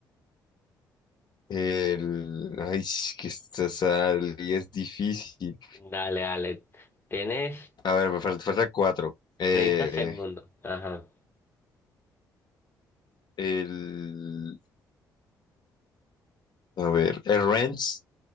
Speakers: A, on the left; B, on the left.
A: El... Ay, es que esta sal- y es difícil.
B: Dale, dale. Tienes
A: A ver, me fal- falta, cuatro. Eh,
B: 30 segundos. Ajá.
A: el... A ver, el Rennes.